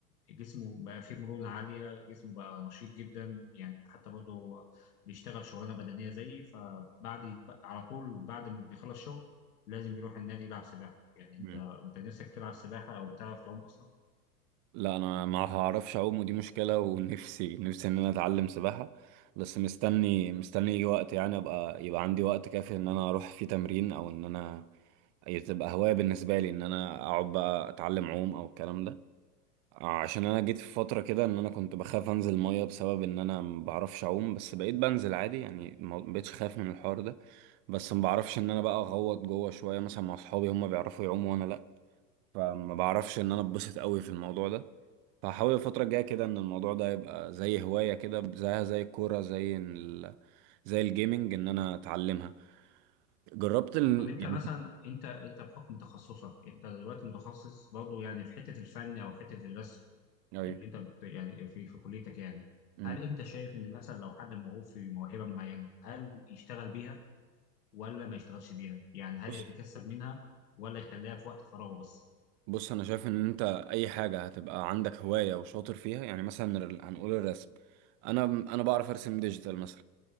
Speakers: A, on the left; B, on the right.
A: جسمه بقى فيه مرونة عالية جسمه بقى نشيط جدا يعني حتى برضه هو بيشتغل شغلانة بدنية زيي فبعد على طول بعد ما بيخلص شغل لازم يروح النادي يلعب سباحة يعني انت
B: مم.
A: انت نفسك تلعب سباحة او بتعرف تعوم اصلا
B: لا انا ما هعرفش اعوم ودي مشكلة ونفسي نفسي ان انا اتعلم سباحة بس مستني مستني يجي وقت يعني ابقى يبقى عندي وقت كافي ان انا اروح فيه تمرين او ان انا هي تبقى هواية بالنسبة لي ان انا اقعد بقى اتعلم عوم او الكلام ده عشان انا جيت في فترة كده ان انا كنت بخاف انزل مية بسبب ان انا ما بعرفش اعوم بس بقيت بنزل عادي يعني ما بقتش خايف من الحوار ده بس ما بعرفش ان انا بقى اغوط جوه شوية مثلا مع اصحابي هم بيعرفوا يعوموا وانا لا فما بعرفش ان انا اتبسط قوي في الموضوع ده فحاول الفترة الجاية كده ان الموضوع ده يبقى زي هواية كده زيها زي الكورة زي ال... زي الجيمنج ان انا اتعلمها جربت ال...
A: طب انت
B: يعني
A: مثلا انت انت بحكم تخصصك انت دلوقتي متخصص برضه يعني في حتة الفن او حتة الرسم
B: ايوه
A: اللي انت بت يعني في في كليتك يعني
B: أمم.
A: هل انت شايف ان مثلا لو حد موهوب في موهبة معينة هل يشتغل بيها ولا ما يشتغلش بيها يعني هل
B: بص
A: يتكسب منها ولا يخليها في وقت فراغه بس
B: بص انا شايف ان انت اي حاجه هتبقى عندك هوايه وشاطر فيها يعني مثلا ال- هنقول الرسم انا انا بعرف ارسم ديجيتال مثلا